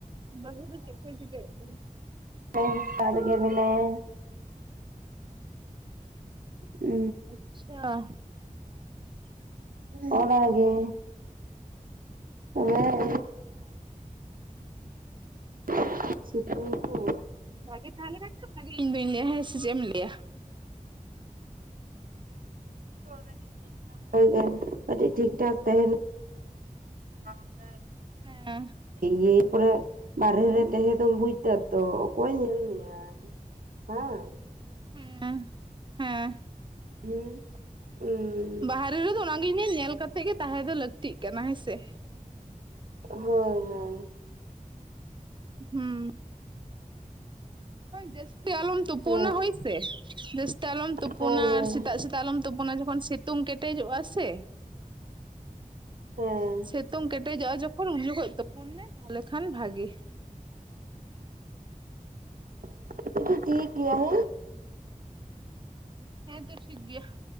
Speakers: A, on the right; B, on the right.
A: ᱵᱟᱹᱦᱩ ᱫᱚ ᱪᱮᱫ ᱠᱚᱭ ᱪᱤᱠᱟᱹᱭᱮᱫ ᱛᱮ?
B: <inaudible> ᱥᱟᱲᱜᱮ ᱢᱱᱟᱭᱟ <inaudible> ᱦᱸ
A: ᱟᱪᱪᱷᱟ
B: <unintelligible> ᱚᱱ ᱜᱮ <unintelligible> ᱦᱸ <unintelligible> <unintelligible> ᱥᱤᱛᱩᱝ ᱠᱩ
A: ᱵᱷᱟᱜᱮ ᱛᱟᱸᱦᱮ ᱞᱮᱱᱠᱷᱟᱱ ᱵᱷᱟᱜᱮ ᱤᱧ ᱫᱩᱧ ᱞᱟᱹᱭᱟ ᱦᱮᱸ ᱥᱮ ᱪᱮᱫ ᱮᱢ ᱞᱟᱹᱭᱟ᱾
B: <inaudible> ᱤᱧ ᱚᱱᱟᱜᱤᱧ ᱢᱮᱱᱫᱟ ᱠᱟᱴᱤᱡ ᱴᱷᱤᱠ ᱴᱷᱟᱠ ᱛᱟᱦᱮᱱ <inaudible> <inaudible>
A: ᱦᱮᱸ
B: ᱤᱭᱟ ᱠᱚᱨᱮ ᱵᱟᱨᱦᱮ ᱨᱮ ᱛᱟᱦᱮᱸ ᱫᱚᱢ ᱵᱩᱡᱽ ᱫᱟ ᱛᱚ ᱚᱠᱚᱭ ᱧᱮᱞ ᱢᱮᱭᱟ, ᱵᱟᱝᱼᱼ
A: ᱦᱩᱸ <inaudible> ᱦᱮᱸ
B: ᱦᱮᱸ <inaudible> ᱦ
A: ᱵᱟᱦᱨᱮ ᱨᱮᱫᱚ ᱚᱱᱟᱜᱮᱧ ᱞᱟᱹᱭᱟ ᱧᱮᱞ ᱠᱟᱛᱮᱜ ᱜᱮ ᱛᱟᱦᱮᱸ ᱫᱚ ᱞᱟᱹᱠᱛᱤᱜ ᱠᱟᱱᱟ ᱦᱮᱸᱥᱮ ᱾
B: ᱦᱚᱭ ᱦᱚᱭ ᱾
A: ᱦᱩᱸ ᱡᱟᱹᱥᱛᱤ ᱟᱞᱚᱢ ᱛᱩᱯᱩᱱᱟ
B: ᱦᱮᱸ
A: ᱦᱚᱭ ᱥᱮ, ᱡᱟᱹᱥᱛᱤ ᱟᱞᱚᱢ ᱛᱩᱯᱩᱱᱟ
B: ᱦᱳᱭ ᱦᱳᱭ
A: ᱟᱨ ᱥᱮᱛᱟᱜ ᱥᱮᱛᱟᱜ ᱟᱞᱚᱢ ᱛᱩᱯᱩᱱᱟ ᱡᱚᱠᱷᱚᱱ ᱥᱤᱛᱩᱝ ᱠᱮᱴᱮᱡᱚᱜᱼᱟ ᱥᱮ
B: ᱦᱮᱸ
A: ᱥᱤᱛᱩᱝ ᱠᱮᱴᱮᱡᱚᱜᱼᱟ ᱡᱚᱠᱷᱚᱱ ᱩᱱ ᱡᱚᱠᱷᱚᱡ ᱛᱩᱯᱩᱱ ᱢᱮ ᱛᱟᱦᱚᱞᱮ ᱠᱷᱟᱱ ᱵᱷᱟᱜᱤ ᱾
B: <unintelligible> ᱴᱷᱤᱠ ᱜᱮᱭᱟ ᱦᱮᱸ ᱾
A: ᱦᱮᱸ ᱛᱚ ᱴᱷᱤᱠ ᱜᱮᱭᱟ ᱾